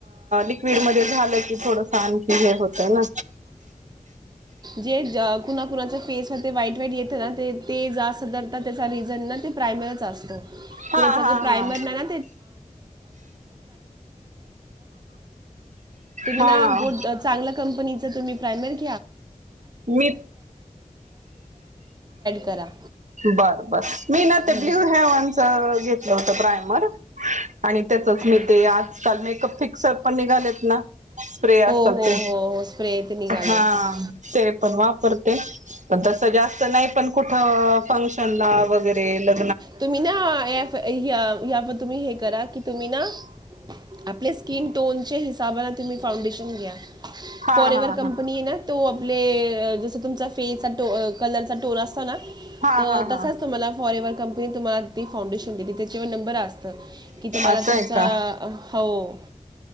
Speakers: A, on the right; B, on the right.
A: लिक्विड मध्ये झालं की थोडस आणखी हे होतय ना.
B: जे कुणा कुणाच फेस ते वाईट वाईट येतं ना ते ते जा तर त्याचा रिझन ना ते प्रायमरच असत.
A: हा
B: <inaudible> <unintelligible> तुम्ही
A: हा हा हा
B: ना गुड चांगल्या कंपनीच तुम्ही प्रायमरी. <inaudible>
A: मी
B: करा.
A: बर बर मी ना ते
B: हो
A: ब्ल्यू हेव्हनच घेतलं होत प्रायमर. आणि त्याचच
B: अं,
A: मी ते आजकाल मेकअप फिक्सर. पण निघालेत ना. स्प्रे असल
B: हो हो
A: ते
B: हो हो स्प्रे ते निघाले
A: हा
B: ते
A: ते पण वापरत. ते पण तसं जास्त नाही पण कुठ अ. फंक्शन ला वगैरे ल
B: तुम्ही ना हयावर तुम्ही हे करा कि तुम्ही ना. आपले स्किन टोनच्या हिसाबाने तुम्ही फाउंडेशन घ्या
A: हा
B: फॉर एवर्ह
A: हा
B: कंपनी
A: हा
B: ना तो आपले अ जस तुमचा फेचा. कलरचा टोन असतो ना.
A: हा
B: त
A: हा हा
B: तसाच तुम्हाला फॉरेवर. ते तुम्हाला. मी फाउंडेशन देते त्याच्यावर नंबर असता की तुम्हाला
A: असं
B: तुमचा
A: आहे का
B: हो